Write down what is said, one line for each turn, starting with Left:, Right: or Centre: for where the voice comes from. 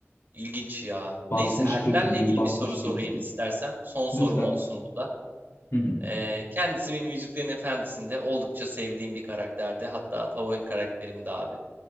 Right: İlginç ya.
Left: Basmış
Right: Neyse, elflerle
Left: kötülüğü,
Right: ilgili
Left: basmış
Right: bir soru sorayım
Left: kötülüğü.
Right: istersen. Son sorum
Left: Lütfen.
Right: olsun bu da.
Left: Hı hı.
Right: Ee, kendisi benim Yüzüklerin Efendisi'nde oldukça sevdiğim bir karakterdi. Hatta favori karakterimdi abi.